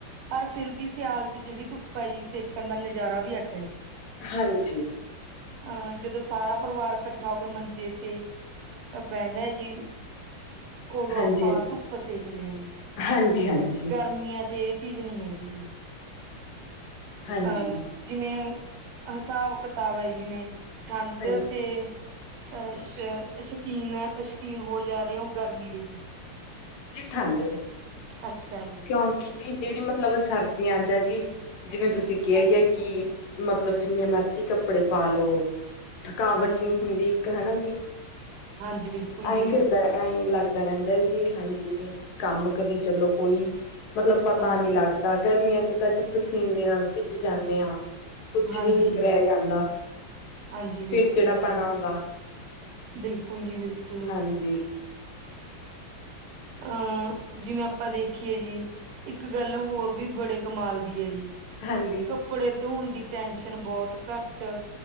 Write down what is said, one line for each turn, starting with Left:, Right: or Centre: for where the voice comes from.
Right: ਪਰ ਫਿਰ ਵੀ ਸਿਆਲ'ਚ ਜਿਹੜੀ ਧੁੱਪ ਆਈ, ਸੇਕਣ ਦਾ ਨਜ਼ਾਰਾ ਵੀ ਅੱਡ
Left: ਹਾਂਜੀ।
Right: ਆਂ, ਜਦੋਂ ਸਾਰਾ ਪਰਿਵਾਰ ਇਕੱਠਾ ਹੋਕੇ ਮੰਜੇ ਤੇ, ਬਹਿੰਦਾ ਜੀ। ਉਦੋਂ
Left: ਹਾਂਜੀ
Right: ਆਪਾਂ ਧੁੱਪ ਸੇਕਦੇ ਹਾਂ ਜੀ
Left: ਹਾਂਜੀ, ਹਾਂਜੀ,
Right: ਗਰਮੀਆਂ ਚ ਚੀਜ਼ ਨਹੀਂੀ ਹੈਗੀ ਜੀ।
Left: ਹਾਂਜੀ,
Right: ਅ ਜਿਵੇਂ ਹਿਸਾਬ ਕਿਤਾਬ ਹੈ ਜਿਵੇਂ ਠੰਡ
Left: ਹਾਂਜੀ
Right: ਤੇ ਅਹ ਸ਼ਕੀਨ ਹੈ ਸ਼ਕੀਨ ਹੋ ਜਾ ਰਹੇ ਹੋ ਗਰਮੀ ਦੇ ਜੀ।
Left: ਜੀ ਠੰਡ ਦੀ।
Right: ਅੱਛਾ ਜੀ।
Left: ਹਾਂਕ ਜੀ ਜਿਹੜੀ ਮਤਲਬ ਸਰਦੀਆਂ ਚ ਆ ਜੀ ਜਿਵੇਂ ਤੁਸੀਂ ਕਿਹਾ
Right: ਹਾਂਜੀ
Left: ਹੀ ਆ ਕਿ ਮਤਲਬ ਜਿੰਨੇ ਮਰਜੀ ਕੱਪੜੇ ਪਾ ਲੋ ਥਕਾਵਟ
Right: ਹਾਂਜੀ
Left: ਨਹੀਂ ਹੁੰਦੀ। ਹਨਾ ਜੀ
Right: ਹਾਂਜੀ ਬਿਲਕੁਲ
Left: ਐਈਂ
Right: ਜੀ
Left: ਫਿਰਦਾ ਐਹੀਂ ਲੱਗਦਾ। ਦਾ ਰਹਿੰਦਾ ਜੀ ਹਾਂਜੀ ਵੀ ਕੰਮ ਕਰੀ ਚਲੋ ਕੋਈ। ਮਤਲਬ ਪਤਾ
Right: ਹਾਂਜੀ,
Left: ਨਹੀਂ ਲੱਗਦਾ ਗਰਮੀਆਂ ਚ ਤਾਂ ਅਸੀਂ ਪਸੀਨ ਦੇ ਨਾਲ ਭਿੱਜ ਜਾਂਦੇ ਹਾਂ। ਕੁਛ
Right: ਹਾਂਜੀ,
Left: ਵੀ ਨੀ ਕਰਾਇ ਜਾਂਦਾ।
Right: ਹਾਂਜੀ ਬਿਲਕੁਲ
Left: ਚਿੜਚਿੜਾ
Right: ਜੀ
Left: ਪਣਾ ਆਉਂਦਾ
Right: ਬਿਲਕੁਲ ਜੀ ਬਿਲਕੁਲ।
Left: ਪੰਜੀ।
Right: ਅਹ ਜਿਵੇਂ ਆਪਾਂ ਦੇਖੀਏ ਜੀ, ਇੱਕ ਗੱਲ ਹੋਰ ਵੀ ਬੜੇ ਕਮਾਲ ਦੀ ਹੈ ਜੀ।
Left: ਹਾਂਜੀ।
Right: ਕੱਪੜੇ ਧੋਣ ਦੀ ਟੈਨਸ਼ਨ ਬਹੁਤ ਘੱਟ,